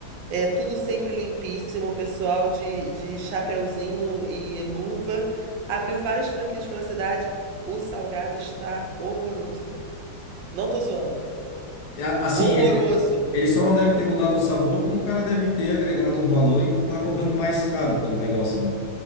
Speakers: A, on the right (about 75°); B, on the left (about 65°).
A: é, tudo sempre limpíssimo, pessoal de, de chapeuzinho e luva. Abriu várias franquias pela cidade. O salgado está horroroso. Não tô zoando.
B: É, Assim,
A: Horroroso.
B: ele, ele só não deve ter mudado o sabor, como o cara deve ter agregado um valor e tá cobrando mais caro pelo negócio, né?